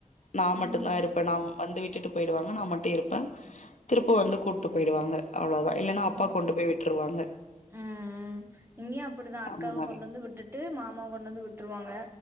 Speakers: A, on the left (about 65°); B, on the right (about 20°).
A: நா மட்டுந்தா
B: ம்
A: இருப்பே நா வந்து விட்டுட்டு போயிடுவாங்க நா மட்டு இருப்பே திருப்ப வந்து கூப்ட்டு போயிடுவாங்க அவ்வளவுதா இல்லன்னா
B: ம்
A: அப்பா கொண்டு போய் விட்டுருவாங்க
B: ம் இங்கயு அப்படிதா அக்காவ
A: அந்த மாரி
B: கொண்டு வந்து விட்டுட்டு மாமா கொண்டு வந்து விட்டுருவாங்க